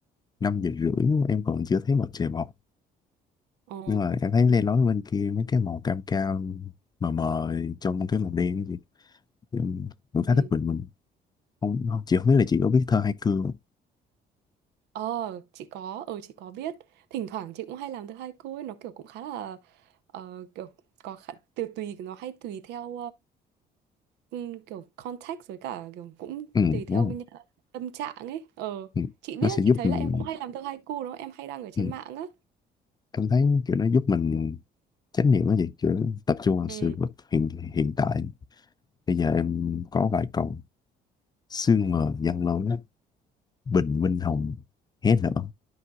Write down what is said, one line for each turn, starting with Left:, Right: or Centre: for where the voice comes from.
Left: năm giờ rưỡi em còn chưa thấy mặt trời mọc
Right: Ờ,
Left: nhưng mà em thấy lên lói bên kia mấy cái màu cam cam mờ mờ trong cái màu đen gì em cũng khá
Right: ừ.
Left: thích bình minh không, không chị không biết là chị có biết thơ hai cương không?
Right: Ờ, chị có, ờ chị có biết. Thỉnh thoảng chị cũng hay làm thơ haiku ấy, nó kiểu cũng khá là ờ, kiểu có khá, từ tùy nó hay tùy theo ừ, kiểu context với cả kiểu cũng
Left: ừ
Right: tùy theo
Left: đúng không
Right: cái nhà- tâm trạng ấy ờ
Left: ừ.
Right: chị biết
Left: nó sẽ giúp
Right: chị thấy
Left: mình
Right: là em cũng hay làm thơ haiku đó em hay đăng ở trên
Left: ừ.
Right: mạng á
Left: em thấy kiểu nó giúp mình chánh niệm cái gì kiểu tập trung vào
Right: ừ
Left: sự vật hiện hiện tại Bây giờ em có vài câu. Sương mờ giăng lối, bình minh hồng hé nở.